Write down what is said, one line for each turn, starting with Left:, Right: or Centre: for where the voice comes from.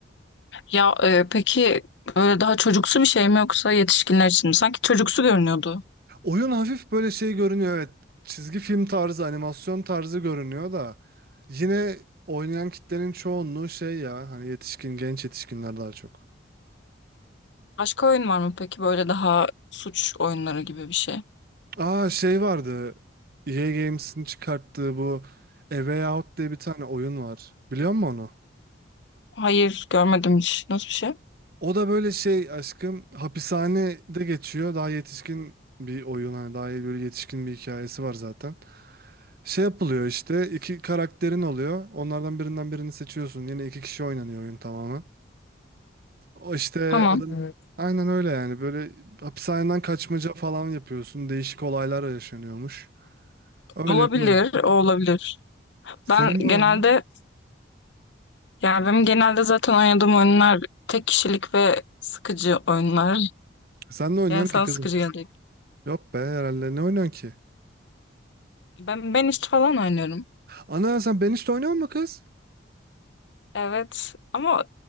Left: Ya e, peki böyle daha çocuksu bir şey mi yoksa yetişkinler için mi? Sanki çocuksu görünüyordu.
Right: Oyun hafif böyle şey görünüyor evet. Çizgi film tarzı, animasyon tarzı görünüyor da yine oynayan kitlenin çoğunluğu şey ya hani yetişkin, genç yetişkinler daha çok.
Left: Başka oyun var mı peki böyle daha suç oyunları gibi bir şey?
Right: Aa şey vardı. EA Games'in çıkarttığı bu A Way Out diye bir tane oyun var. Biliyor musun onu?
Left: Hayır görmedim hiç. Nasıl bir şey?
Right: O da böyle şey aşkım hapishanede geçiyor. Daha yetişkin bir oyun hani daha böyle yetişkin bir hikayesi var zaten. Şey yapılıyor işte iki karakterin oluyor. Onlardan birinden birini seçiyorsun. Yine iki kişi oynanıyor oyun tamamen. O işte
Left: Tamam.
Right: adın
Left: Hmm.
Right: aynen öyle yani. Böyle hapishaneden kaçmaca falan yapıyorsun. Değişik olaylar yaşanıyormuş. Öyle
Left: Olabilir,
Right: bir oyun.
Left: o olabilir.
Right: Senin
Left: Ben genelde
Right: var mı?
Left: yani benim genelde zaten oynadığım oyunlar tek kişilik ve sıkıcı oyunlar.
Right: Sen ne oynuyorsun
Left: Yani sana
Right: ki kızım?
Left: sıkıcı geldi.
Right: Yok be herhalde ne oynuyorsun ki?
Left: Ben ben işte falan oynuyorum.
Right: Ana sen Banished'de oynuyor musun kız?
Left: Evet ama